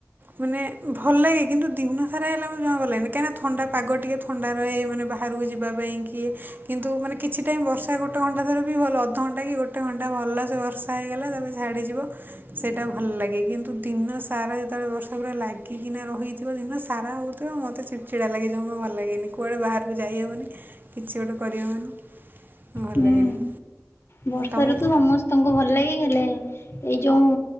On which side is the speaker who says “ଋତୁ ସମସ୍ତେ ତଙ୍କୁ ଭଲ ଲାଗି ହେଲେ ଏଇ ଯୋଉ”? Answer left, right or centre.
Left